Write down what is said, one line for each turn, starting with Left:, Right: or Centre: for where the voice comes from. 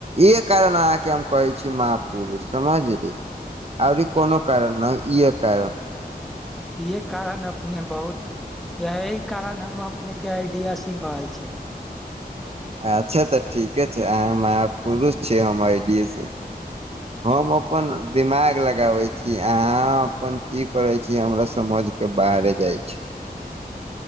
Right: इहे कारण अहाँके हम कहै छी। महा पुरुष समझली आर कोनो
Centre: हाँ,
Right: कारण नहि इए कारण।
Centre: इहे कारण अपने बहुत, यही कारण हम अपने के आइडियासिम कहय छै।
Right: अच्छा तऽ ठीके छै आहाॅं महापुरुष छीयै हम आइडियस। हम अपन दिमाग लगाबे छी अहाँ अपन की करे छी हमरा समझ के बाहरे जाइ छी